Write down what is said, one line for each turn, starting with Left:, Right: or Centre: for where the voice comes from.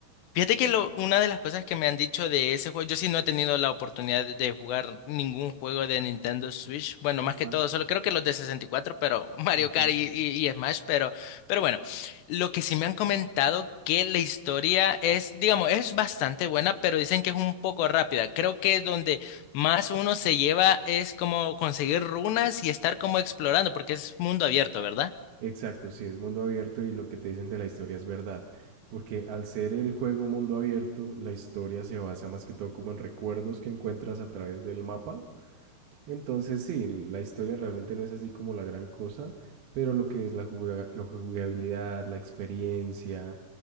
Left: Fíjate que lo- una de las cosas que me han dicho de ese juego, yo sí no he tenido la oportunidad de jugar ningún juego de Nintendo Switch, bueno, más
Right: Ujú,
Left: que todo, solo creo que los de 64, pero <laughs> Mario
Right: ujú.
Left: Kart y, y- y Smash, pero, pero bueno, lo que sí me han comentado que la historia es, digamos, es bastante buena, pero dicen que es un poco rápida. Creo que donde más uno se lleva es como conseguir runas y estar como explorando, porque es mundo abierto, ¿verdad?
Right: Exacto, sí, es mundo abierto y lo que te dicen de la historia es verdad, porque al ser el juego mundo abierto, la historia se basa más que todo como en recuerdos que encuentras a través del mapa. Entonces sí, la historia realmente no es así como la gran cosa, pero lo que es la, juga- la jugabilidad, la experiencia,